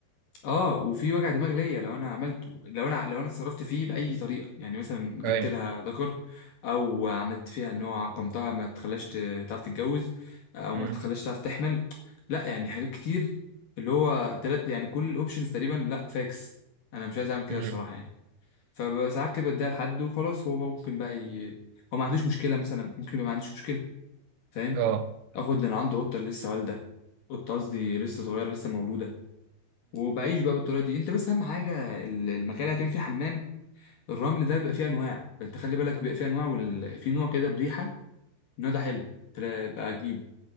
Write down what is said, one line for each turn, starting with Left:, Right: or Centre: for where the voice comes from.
Left: اه وفي وجع دماغ ليا لو انا عملته لو انا لو انا اتصرفت فيه باي طريقه يعني مثلا جبت
Right: ايوه
Left: لها ذكر او عملت فيها ان هو عقمتها ما تخلاش ت- تعرف تتجوز او
Right: مم.
Left: ما تخلاش تعرف تحمل لا يعني حاجات كتير اللي هو تلات يعني كل الاوبشنز تقريبا لا فاكس انا مش عايز اعمل كده
Right: مم.
Left: الصراحه يعني فساعات كده بديها لحد وخلاص هو ممكن بقى ي... هو ما عندوش مشكله مثلا ممكن يبقى ما عندوش مشكله فاهم
Right: اه
Left: اخد ده انا عنده قطه لسه والده قطه قصدي لسه صغيره لسه مولوده وبعيش بقى بالطريقه دي انت بس اهم حاجه ال- المكان اللي هتعمل فيه حمام الرمل ده بيبقى فيه انواع انت خلي بالك بيبقى فيه انواع وال... في نوع كده بريحه النوع ده حلو تلا- بقى اجيبه